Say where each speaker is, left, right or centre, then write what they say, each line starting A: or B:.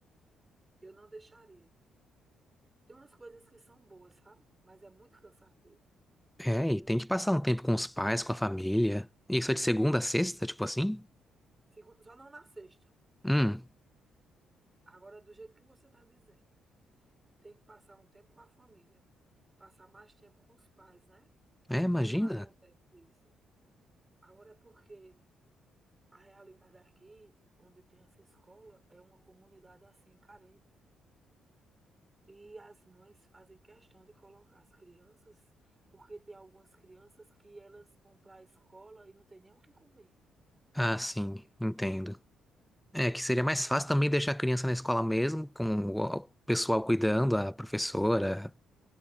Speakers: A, on the right; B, in the centre.
A: Eu não deixaria. Tem umas coisas que são boas, sabe? Mas é muito cansativo.
B: É,
A: Muito.
B: e tem que passar um tempo com os pais, com a família. Isso é de segunda a sexta, tipo assim?
A: Segun- Só não na sexta.
B: Hum.
A: Agora, do jeito que você está dizendo. Tem que passar um tempo com a família, passar mais tempo com os pais, né?
B: É, imagina.
A: Que não acontece isso. Agora é porque a realidade aqui, onde tem essa escola, é uma comunidade assim carente. E as mães fazem questão de colocar as crianças, porque tem algumas crianças que elas vão para a escola e não tem nem o que comer.
B: Ah, sim, entendo. É que
A: Aí
B: seria mais
A: na
B: fácil
A: escola,
B: também deixar a criança na escola mesmo, com o pessoal cuidando, a professora,